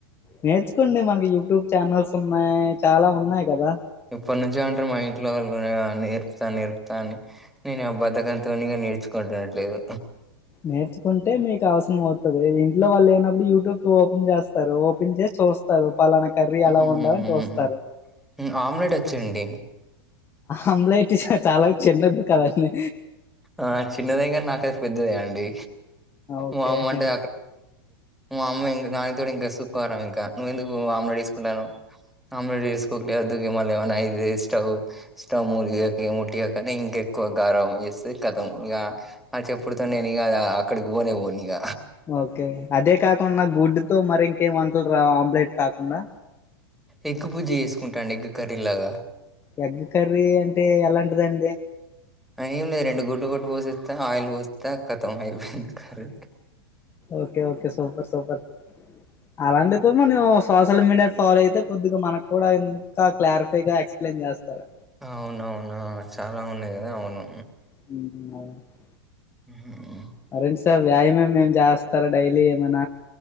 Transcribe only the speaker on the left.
నేర్చుకోండి మనకి యూట్యూబ్ ఛానల్స్ ఉన్నాయ్ చాలా ఉన్నాయ్ కదా
నేర్చుకుంటే మీకు అవసరం అవుతది ఇంట్లో వాళ్ళు లేనప్పుడు యూట్యూబ్ ఓపెన్ చేస్తారు ఓపెన్ చేసి చూస్తారు పలాన కర్రీ ఎలా
వండాల చూస్తారు
ఆమ్లెట్ చాల చిన్నది కదండీ
ఓకే
ఓకే అదే కాకుండ గుడ్డుతో మరి ఇంకేం వంటలు రావ ఆమ్లెట్ కాకుండా
ఎగ్ కర్రీ అంటే ఎలాంటిదండి
okay okay super super అలాంటి మనం సోషల్ మీడియా ఫాలో అయితే కొద్దిగ మనకు కూడా ఇంక క్లారిఫైగా ఎక్స్ప్లెయిన్ చేస్తారు
<unintelligible>
<unintelligible> సార్ వ్యాయామే మేం చేస్తారా డైలీ ఏమైన